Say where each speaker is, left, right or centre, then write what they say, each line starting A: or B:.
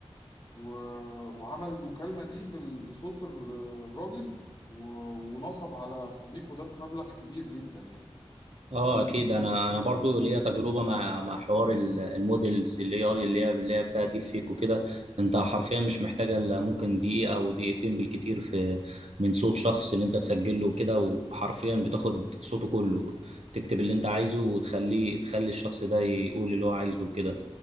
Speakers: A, on the left (about 45°); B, on the right (about 80°).
A: و- وعمل المكالمة دي بال- بصوت الر- الراجل و- ونصب على صديقه ده في مبلغ كبير جدا يعني
B: اه اكيد انا انا برضو ليا تجربه مع مع حوار ال- المودلز اللي هي اللي هي اللي هي فيها ديب فيك وكده انت حرفيا مش محتاجه الا ممكن دقيقه او دقيقتين بالكتير في من صوت شخص اللي انت تسجله وكده وحرفيا بتاخد صوته كله تكتب اللي انت عايزه وتخليه تخلي الشخص ده يقول اللي هو عايزه وكده